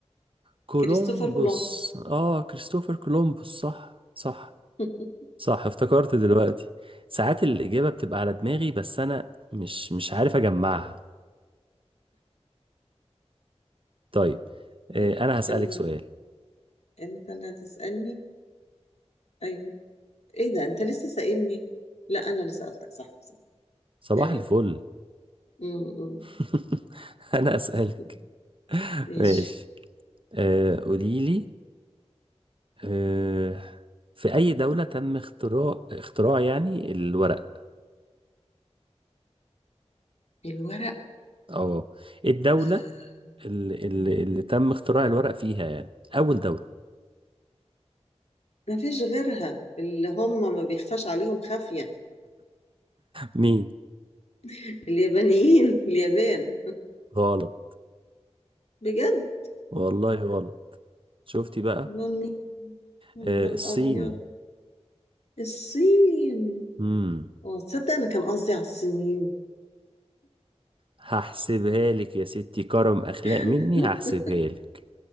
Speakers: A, on the right; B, on the left.
A: كولومبوس
B: كريستوفر كولومبوس
A: اه كريستوفر كولومبوس صح صح
B: <laughs>
A: صح افتكرت دلوقتي ساعات الاجابة بتبقى على دماغي بس انا مش مش عارف اجمعها طيب آه
B: طيب،
A: انا هسألك
B: انا
A: سؤال
B: انت اللي هتسألني ايوه ايه ده انت لسه سائلني لا انا اللي سألتك صح صح
A: صباح
B: تمام
A: الفل
B: م-
A: <laughs> انا اسالك
B: م. ماشي
A: ماشي آه قولي لي آه في اي دوله تم اختراع اختراع يعني الورق
B: الورق
A: اه إيه الدوله
B: آه.
A: اللي, اللي,
B: م.
A: اللي تم اختراع الورق فيها يعني اول دوله
B: ما فيش غيرها اللي هم ما بيخفاش عليهم خافية
A: مين
B: <laughs> اليابانيين اليابان
A: غلط
B: بجد
A: والله غلط شفتي بقى
B: مامي يا
A: آه
B: نهار
A: الصين
B: أبيض الصين
A: امم
B: اه تصدق أنا كان قصدي على الصينيين
A: هحسبها لك يا ستي كرم اخلاق مني
B: <laughs>
A: هحسبها لك